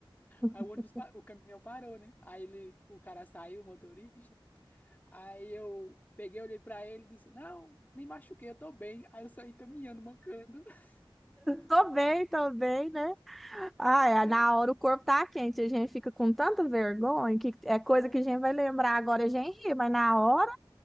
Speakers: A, in the centre; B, on the left.
A: <laughs>
B: Aí o ônibus, pa- o caminhão parou, né? Aí ele, o cara saiu, o motorista. Aí eu peguei, olhei pra ele e disse: Não, nem machuquei, eu tô bem. Aí eu saí caminhando, mancando. <laughs>
A: Tô bem, tô bem, né? Ah, é,
B: É,
A: na hora o corpo tá quente, a gente fica com tanta vergonha que é coisa
B: pô,
A: que a gente vai lembrar agora, a gente ri, mas na hora.